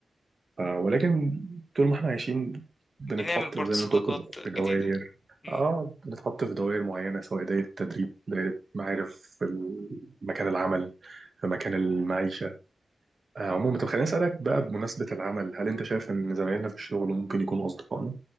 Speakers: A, on the right (about 35°); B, on the left (about 25°).
A: آه، ولكن طول ما احنا عايشين بنتحط
B: بنعمل برضه
A: زي
B: صداقات
A: ما انت قلت في دوائر
B: جديدة مم.
A: اه بنتحط في دوائر معينة سواء دايرة التدريب دايرة معارف في مكان العمل في مكان المعيشة آه، عموما طب خليني أسألك بقى بمناسبة العمل هل أنت شايف إن زمايلنا في الشغل ممكن يكونوا أصدقائنا؟